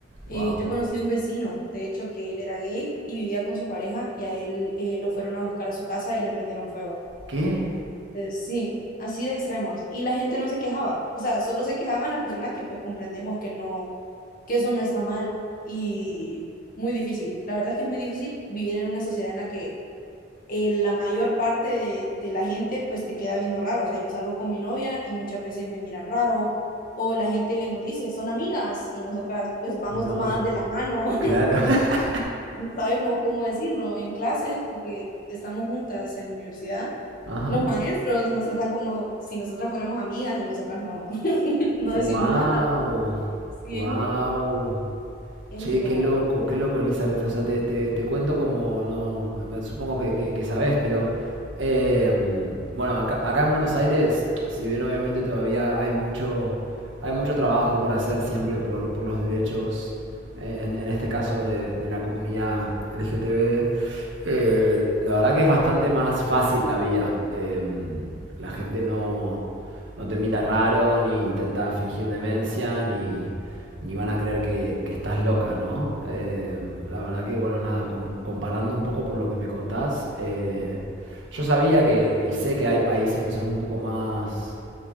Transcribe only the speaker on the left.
Eh,
yo conocí a un vecino, de hecho, que él era gay y vivía con su pareja y a él eh, lo fueron a buscar a su casa y le prendieron fuego.
Eh, sí, así de extremos. Y la gente no se quejaba. O sea, solo se quejaban las personas que pues comprendemos que no, que eso no está mal. Y muy difícil. La verdad es que es muy difícil vivir en una sociedad en la que eh, la mayor parte de, de la gente pues te queda viendo raro. O sea, yo salgo con mi novia y muchas veces me miran raro. O la gente nos dice, son amigas y nosotras pues vamos
tomadas de la mano <laughs>
y no,
no sabemos cómo decirlo en clases, porque estamos juntas en la universidad.
Los maestros nos tratan como si nosotras fuéramos amigas y nosotras no, <laughs> no
decimos nada. Sí,
es incómodo, es
incómodo.